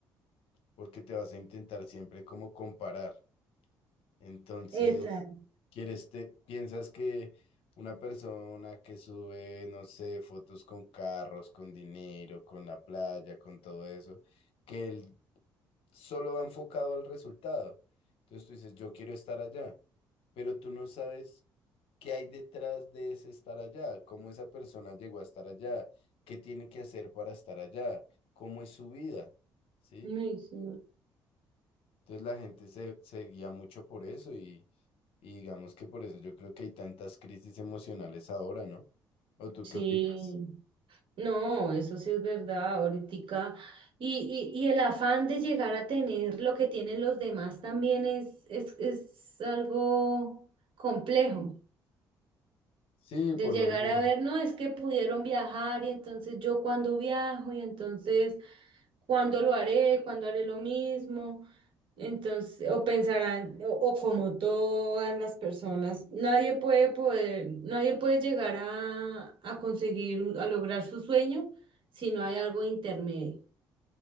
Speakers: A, on the left (about 70°); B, on the right (about 60°).
A: porque te vas a intentar siempre como comparar. Entonces,
B: Exacto.
A: quieres te, piensas que una persona que sube, no sé, fotos con carros, con dinero, con la playa, con todo eso, que él solo va enfocado al resultado. Entonces tú dices, yo quiero estar allá, pero tú no sabes ¿Qué hay detrás de ese estar allá? ¿Cómo esa persona llegó a estar allá? ¿Qué tiene que hacer para estar allá? ¿Cómo es su vida? ¿Sí?
B: Ay, Sí,
A: Entonces la gente se, se guía mucho por eso y, y digamos que por eso yo creo que hay tantas crisis emocionales ahora, ¿no? ¿O tú
B: sí.
A: qué opinas?
B: No, eso sí es verdad, ahorita. Y, y, y el afán de llegar a tener lo que tienen los demás también es, es, es algo complejo.
A: Sí,
B: De
A: por
B: llegar
A: lo mismo.
B: a ver, no, es que pudieron viajar y entonces yo cuando viajo y entonces ¿Cuándo lo haré? ¿Cuándo haré lo mismo? Entonces, o pensarán, o, o como todas las personas, nadie puede poder, nadie puede llegar a, a conseguir, un- a lograr su sueño si no hay algo intermedio.